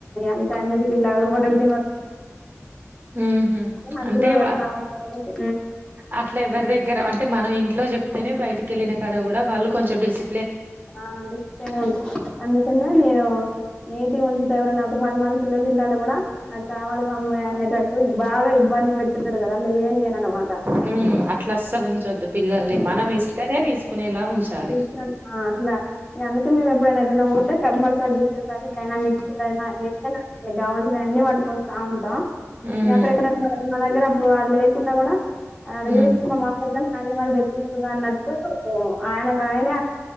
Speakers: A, on the left (about 20°); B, on the right (about 40°).
A: అంతే అన్నిటికి ఇట్ల <unintelligible>
B: హ్మ్ హు
A: హద్దులో
B: అంటే
A: పెడతా
B: వా
A: ఉంటాయి కాబట్టి
B: అట్ల ఎవరి దగ్గర అంటే మనం ఇంట్లో చెప్ తెనే బయటికెళ్ళిన కాడ గుడా వాళ్ళు కొంచెం డెసి
A: ఆ అందుక అందుకన్నా నేను నేటి నుంచి ఎవరైనా ఒక పది మం పిల్లలు తింటాంట కూడా నాకు కావాలి మమ్మీ అనేటట్టు బాగా ఇబ్బంది పెట్తారు కదా అట్లా ఏం చేయనిను అన్నమాట
B: హ్మ్ అట్లా అస్సలు ఉంచొద్దు పిల్లల్ని మనం ఇస్తేనే తీసుకునేలా ఉంచాలి.
A: తీసుకున్ ఆ అట్లా అందుకే మేము ఎప్పుడైనా ఎటన పోతే కంపల్సరీ బిస్కెట్ ప్యాకెట్ అయినా మిక్చర్ అయినా ఏదైనా కావాల్సిన అన్ని పట్ వస్తా ఉంటా
B: హ్మ్.
A: ఎక్కడెక్కడ మా దగ్గర వాళ్ళు లేకున్నా కూడా ఆడ
B: హ్మ్.
A: చూసుతున్నాము <unintelligible> మల్ తెప్పిస్తుంది అన్నట్టు ఆయన ఆయన